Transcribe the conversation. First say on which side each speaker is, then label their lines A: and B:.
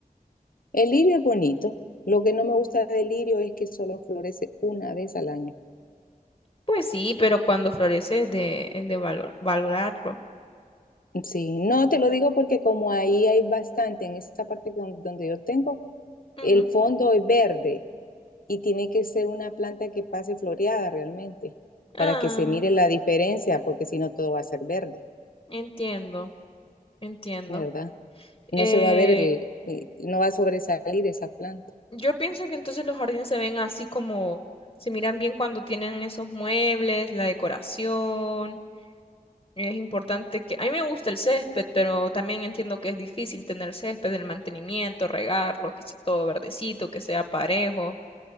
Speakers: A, on the left; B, on the left.
A: El lirio es bonito. Lo que no me gusta del lirio es que solo florece una vez al año.
B: Pues sí, pero cuando florece es de, es de valor- valorarlo.
A: Sí, no te lo digo porque como ahí hay bastante, en esta parte don- donde yo tengo,
B: Ujú.
A: el fondo es verde y tiene que ser una planta que pase floreada realmente
B: Ah,
A: para que se mire la diferencia, porque si no todo va a ser verde,
B: entiendo, entiendo.
A: ¿verdad? no
B: Eh,
A: se va a ver, el, el- no va a sobresalir esa planta.
B: yo pienso que entonces los jardines se ven así como se miran bien cuando tienen esos muebles, la decoración. Es importante que... A mí me gusta el césped, pero también entiendo que es difícil tener césped, el mantenimiento, regarlo, que sea todo verdecito, que sea parejo.